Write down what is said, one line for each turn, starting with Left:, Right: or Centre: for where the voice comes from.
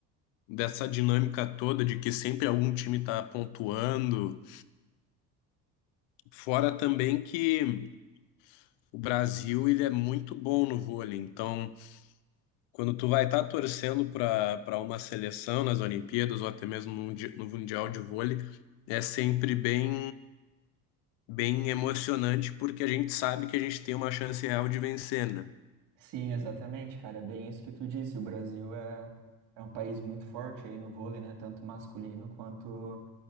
Left: dessa dinâmica toda de que sempre algum time está pontuando. Fora também que o Brasil ele é muito bom no vôlei, então Quando tu vai estar torcendo para para uma seleção nas Olimpíadas ou até mesmo no Mundi- no Mundial de Vôlei, é sempre bem bem emocionante porque a gente sabe que a gente tem uma chance real de vencer, né?
Right: Sim, exatamente, cara. É bem isso que tu disse. O Brasil é, é um país muito forte aí no vôlei, né? Tanto masculino quanto,